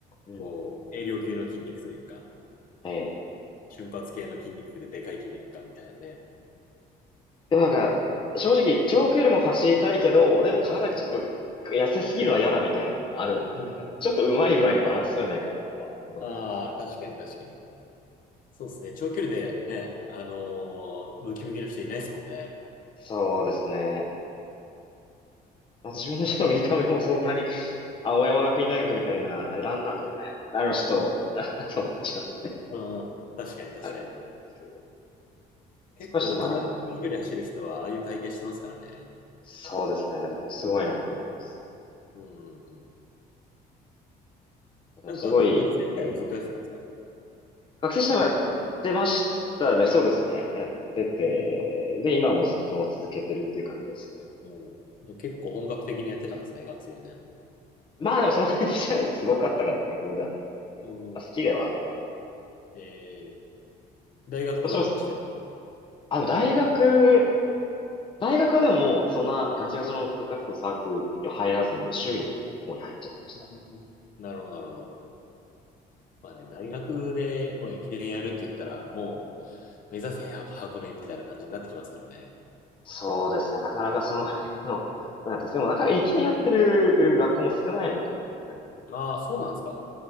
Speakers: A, on the left; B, on the left.
A: うん。
B: こう、軽量級の筋肉というか。
A: ええ
B: 瞬発系の筋肉ででかい筋肉か、みたいなね。
A: でもなんか、正直、長距離も走りたいけど、でも体がちょっと痩せすぎるのは嫌だみたいなのもあるので、
B: うん。
A: なんか、
B: うん。
A: ちょっとうまい具合にバランス取れないかなとは思ってます。
B: ああ、確かに確かに。そうですね。長距離でね、あのームキムキの人いないですもんね。
A: そうですね。まあ、自分の人の見た目もそんなに、青山学院大学みたいな、あれランナーみたいな、あの人、あと思っちゃうので、
B: うん。確かに確かに。
A: あれですけど、
B: 結構大人で長距離走る人は、
A: そこはちょっとバランス。
B: ああいう体型してますからね。
A: そうですね。だから本当すごいなと思います。
B: うんうんうん。
A: でもすごい、
B: なんか、学生時代もずっとやってたんですか
A: ええ、学生時代もやってましたね。そうですね。やってて、
B: うん
A: で、今もずっとその続けてるっていう感じですね。
B: うん。じゃあ結構本格的にやってたんですね、学生時代も。
A: まあでもそんなにじゃあすごかったかっていうほどではないんですけど、
B: うん。
A: まあ、好きではあったと。
B: えー、大学とかでも走ってた。
A: もちろん、あの、大学、大学はでももうそんなガチガチの部活動サークルには入らずにもう趣味の方に入っちゃってましたね。
B: うんなるほど、なるほど。まあね、大学でもう駅伝やるって言ったら、もう、目指せ箱箱根みたいな感じになってきますからね。
A: そうですね。なかなかそのぐらいの、<laughs> なんていうんですかでもなかなか駅伝やってる学校も少ないので、はい
B: ああ、そうなんですか。